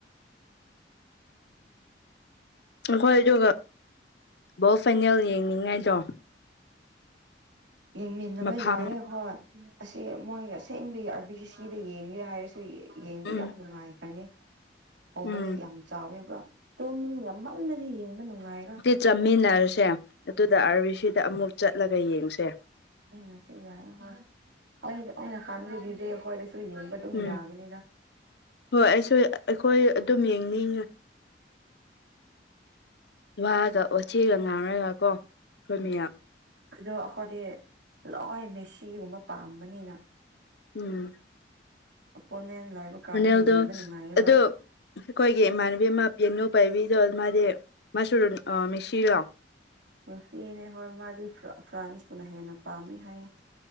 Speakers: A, on the left; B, on the right.
A: ꯑꯩꯈꯣꯏ ꯑꯗꯨꯒ ꯕꯣꯜ ꯐꯥꯏꯅꯦꯜ ꯌꯦꯡꯅꯤꯡꯉꯥꯏꯗꯣ
B: ꯌꯦꯡꯃꯤꯟꯅꯕ
A: ꯃꯐꯝ
B: ꯌꯥꯏꯌꯦ ꯍꯣꯏ ꯑꯁꯤ ꯃꯣꯏꯒ ꯑꯁꯦꯡꯕꯒꯤ ꯑꯥꯔꯕꯤꯁꯤ ꯁꯤꯗ ꯌꯦꯡꯒꯦ ꯍꯥꯏꯔꯁꯨ ꯌꯦꯡꯕ
A: ꯎꯝ
B: ꯌꯥꯝ ꯅꯨꯡꯉꯥꯏꯈꯔꯅꯦ ꯕꯣꯜꯗꯤ
A: ꯎꯝ
B: ꯌꯥꯝ ꯆꯥꯎꯋꯦꯕ꯭ꯔꯥ ꯇꯣꯝ ꯃꯤ ꯌꯥꯝꯃꯜꯂꯗꯤ ꯌꯦꯡꯕ ꯅꯨꯡꯉꯥꯏꯔꯣꯏ
A: ꯆꯥꯃꯤꯟꯅꯔꯨꯁꯦ ꯑꯗꯨꯗ
B: ꯎꯝ
A: ꯑꯥꯔꯕꯤ ꯁꯤꯗ ꯑꯃꯨꯛ ꯆꯠꯂꯒ ꯌꯦꯡꯁꯦ
B: ꯃꯤꯟꯅꯁꯤ ꯌꯥꯏ ꯍꯣꯏ ꯑꯩ ꯑꯩꯅ <unintelligible> ꯑꯩꯈꯣꯏꯗꯁꯨ ꯌꯦꯡꯕꯗ ꯑꯗꯨꯝ
A: ꯎꯝ
B: ꯌꯥꯒꯅꯤꯗ
A: ꯍꯣꯏ ꯑꯩꯁꯨ ꯑꯩꯈꯣꯏ ꯑꯗꯨꯝ ꯌꯦꯡꯅꯤꯡꯉꯤ ꯋꯥꯒ ꯑꯣꯆꯤꯒ ꯉꯡꯔꯒ ꯀꯣ ꯑꯩꯈꯣꯏ
B: ꯎꯝ
A: ꯃꯌꯥꯝ
B: ꯑꯗꯣ ꯑꯩꯈꯣꯏꯗꯤ ꯂꯣꯏ ꯃꯦꯁꯤꯒꯨꯝꯕ ꯄꯥꯝꯕꯅꯤꯅ
A: ꯎꯝ
B: ꯄꯣꯅꯦꯟ ꯂꯩꯕ ꯀꯥꯟꯗ
A: ꯔꯣꯅꯦꯜꯗꯣ
B: ꯌꯦꯡꯕ ꯅꯨꯡꯉꯥꯏꯌꯦꯕ
A: ꯑꯗꯣ ꯑꯩꯈꯣꯏꯒꯤ ꯏꯃꯥꯟꯅꯕꯤ ꯑꯃ ꯄꯤꯌꯥꯅꯨ ꯄꯥꯏꯕꯤꯗꯣ ꯃꯥꯗꯤ ꯃꯁꯨ ꯃꯦꯁꯤꯔꯣ
B: ꯃꯦꯁꯤꯅꯦ ꯍꯣꯏ ꯃꯥꯗꯤ ꯐ꯭ꯔꯥꯟꯁꯄꯨꯅ ꯍꯦꯟꯅ ꯄꯥꯝꯃꯤ ꯍꯥꯏꯌꯦ